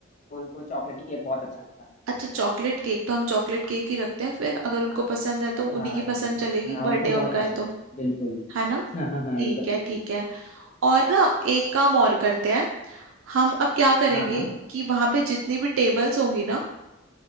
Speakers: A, on the left; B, on the right.
A: उनको चॉकलेटी केक बहुत अच्छा लगता है
B: अच्छा चॉकलेट केक तो हम चॉकलेट केक ही रखते हैं फिर अगर उनको पसंद है तो
A: हाँ
B: उन्हीं की
A: ठीक
B: पसंद चलेगी
A: है हाँ उनको
B: बर्थडे
A: बहुत
B: उनका
A: पसंद
B: है तो
A: है बिल्कुल
B: है ना
A: हाँ हाँ हाँ
B: ठीक
A: एकदम
B: है
A: सही
B: ठीक है और ना एक काम और करते हैं हम अब क्या करेंगे
A: हाँ हाँ
B: कि वहां पे जितनी भी टेबल्स होंगी ना